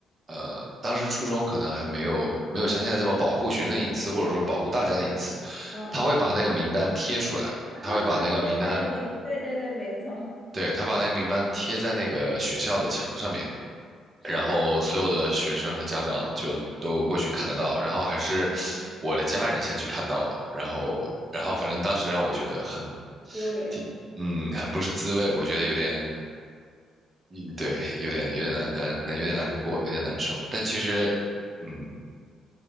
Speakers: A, on the right; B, in the centre.
A: 呃，当时初中可能还没有没有像现在这么保护学生的隐私，或者说保护大家的隐私，
B: 嗯嗯嗯，
A: 他会把那个名单贴出来的，
B: <laughs> 哈哈，
A: 他会把那个名单，
B: 就是排名，对对对，没错，
A: 对，他把那个名单贴在那个学校的墙上面。
B: 是，
A: 然后所有的学生和家长就都过去看得到，然后还是我的家人先去看到的，
B: 嗯，
A: 然后然后反正当时让我觉得很，
B: 很丢脸，
A: 挺嗯，很不是滋味，我觉得有点，嗯，对，有点有点难难难，有点难过，有点难受，但其实，嗯，